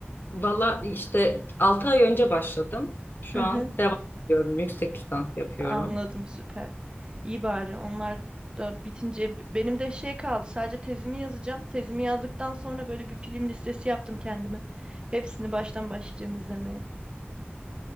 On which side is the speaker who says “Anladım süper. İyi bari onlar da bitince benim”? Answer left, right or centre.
Right